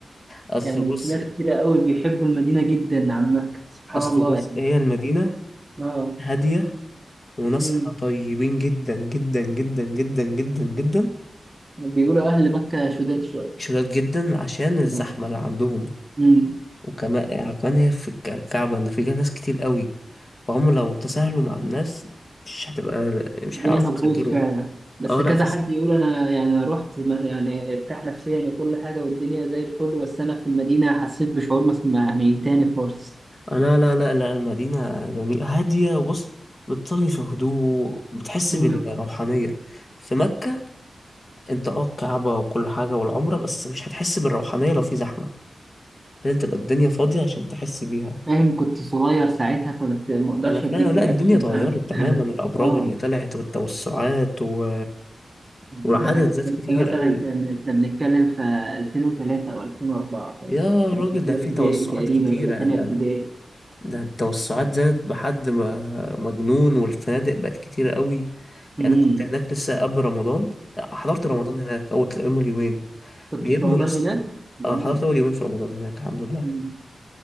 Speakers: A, on the left; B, on the right.
A: أصل
B: يعني
A: بص
B: ناس كتير قوي بيحبوا المدينه جدا عن مكه سبحان
A: أصل
B: الله
A: بص
B: يعني
A: هي المدينة
B: اه
A: هادية وناسها
B: امم
A: طيبين جدا جدا جدا جدا جدا جدا
B: بيقولوا اهل مكه شداد شويه
A: شداد جدا عشان الزحمة
B: آه.
A: اللي عندهم
B: امم
A: وكمان يعني كمان هي في الك- الكعبة إن فيها ناس كتير قوي فهم لو تساهلوا مع الناس مش هتبقى مش
B: الدنيا
A: هيعرفوا
B: هتبوظ
A: يسيطروا
B: فعلا بس
A: اه
B: كذا
A: لا
B: حد يقول انا يعني أنا رحت ما- يعني ارتاح نفسيا وكل حاجه والدنيا زي الفل بس انا في المدينه حسيت بشعور مثلا يعني تاني خالص
A: آه، لا لا لا لا المدينة جميلة هادية وبص بتصلي في هدوء بتحس
B: مم.
A: بالروحانية في مكة انت اه الكعبة وكل حاجة والعمرة بس مش هتحس بالروحانية لو في زحمة لازم تبقى الدنيا فاضية عشان تحس بيها
B: فاهم كنت صغير ساعتها فما ت- ما اقدرش
A: انا فاهم
B: اديك
A: لا
B: رياكشن
A: الدنيا اتغيرت تماما
B: <laughs>
A: الابراج
B: اه
A: اللي طلعت والتوسعات و...
B: ده
A: والعدد
B: انا
A: زاد
B: كنت
A: كتير
B: مثلا
A: قوي
B: كان احنا بنتكلم في 2003 او 2004 فاهم
A: يا
B: يعني كنت
A: راجل
B: في
A: ده
B: اولى
A: في
B: ابتدائي
A: توسعات
B: تقريبا
A: كتيرة
B: ولا تانية
A: ده
B: ابتدائي
A: ده التوسعات زادت بحد ما مجنون والفنادق بقت كتيرة قوي يعني
B: أمم.
A: أنا كنت هناك لسه قبل رمضان آه، حضرت رمضان هناك أول أول يومين
B: كنت
A: بيبنوا
B: في رمضان
A: لسه
B: هناك جميل
A: اه حضرت أول يومين في رمضان هناك الحمد لله
B: أمم.